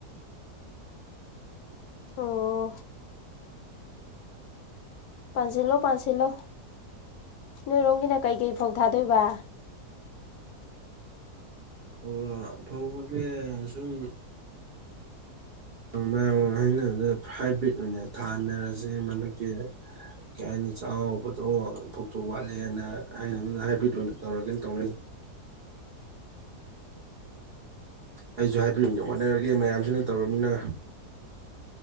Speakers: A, on the left (about 75°); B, on the right (about 50°).
A: ꯑꯣ ꯄꯥꯟꯁꯤꯜꯂꯣ ꯄꯥꯟꯁꯤꯜꯂꯣ ꯅꯣꯏꯔꯣꯝꯒꯤꯅ ꯀꯩꯀꯩ ꯐꯧ ꯊꯥꯗꯣꯏꯕ
B: ꯐꯧꯔ‌ꯣ ꯐꯧꯕꯗꯤ ꯁꯨꯝ ꯃꯌꯥꯝ ꯍꯥꯏꯅꯕ ꯍꯥꯏꯕ꯭ꯔꯤꯠ ꯑꯣꯏꯅ ꯊꯥꯅꯔꯁꯦ ꯍꯟꯗꯛꯇꯤ ꯀꯩ ꯍꯥꯏꯅꯤ ꯆꯥꯎꯕꯗꯣ ꯐꯧꯇꯣꯛ ꯋꯥꯠꯂꯦꯅ ꯍꯥꯏ ꯍꯥꯏꯕ꯭ꯔꯤꯠ ꯑꯣꯏꯅ ꯇꯧꯔꯒꯦꯅ ꯇꯧꯅꯩ ꯑꯩꯁꯨ ꯍꯥꯏꯕꯤꯔꯛꯅꯦ ꯍꯣꯠꯅꯔꯒꯦ ꯃꯌꯥꯝꯁꯤꯅ ꯇꯧꯔꯕꯃꯤꯅ